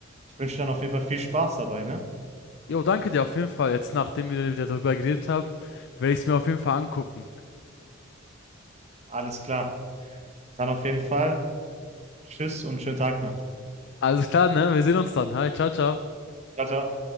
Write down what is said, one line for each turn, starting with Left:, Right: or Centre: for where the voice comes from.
Right: ich wünsche dir dann auf jeden Fall viel Spaß dabei, ne?
Left: Jo, danke dir auf jeden Fall. Jetzt, nachdem wir wieder darüber geredet haben, werde ich es mir auf jeden Fall angucken.
Right: Alles klar. Dann auf jeden Fall. Tschüss und schönen Tag noch.
Left: Alles klar, ne? Wir sehen uns dann. Hi, ciao, ciao.
Right: Ciao, ciao.